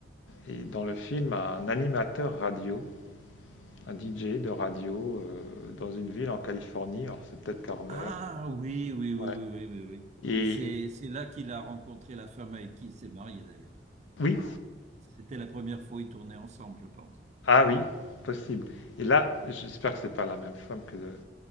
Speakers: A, on the left; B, on the right.
A: et dans le film un animateur radio, un DJ de radio euh, dans une ville en Californie. Alors c'est peut-être Carmel.
B: Ah oui, oui, oui,
A: Ouais.
B: oui, oui, oui, oui.
A: Et
B: Et c'est c'est là qu'il a rencontré la femme avec qui il s'est marié d'ailleurs.
A: Oui,
B: C'était la première fois qu'ils tournaient ensemble, je pense.
A: ah oui, possible. Et là, j'espère que c'est pas la même femme que, de-